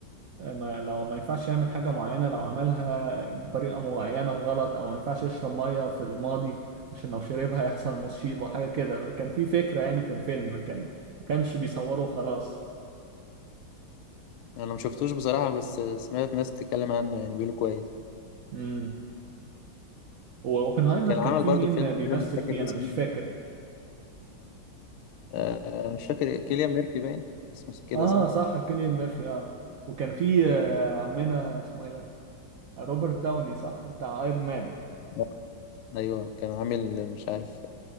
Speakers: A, on the right (about 70°); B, on the left (about 85°).
A: آه، ما لو ما ينفعش يعمل حاجة معينة لو عملها بطريقة معينة غلط او ما ينفعش يشرب مية في الماضي عشان لو شربها يحصل مصيبة حاجة كده كان في فكرة يعني في الفيلم كان ما كانش بيصوره خلاص
B: انا ما شفتوش بصراحة بس سمعت ناس تتكلم عنه يعني بيقولوا كويس
A: مم. واوبنهايمر
B: كان عمل
A: كان في
B: برضو
A: مين
B: فيلم
A: بيمثل
B: كده مش فاكر
A: فيه انا
B: اسمه
A: مش فاكر
B: آه آه، مش فاكر كيليان ميرفي باين اسمه كده
A: اه
B: صح؟
A: صح كيليان ميرفي اه وكان في آه، عمنا اسمه ايه ده روبرت داوني صح بتاع ايرون مان
B: آه. أيوه كان عامل مش عارف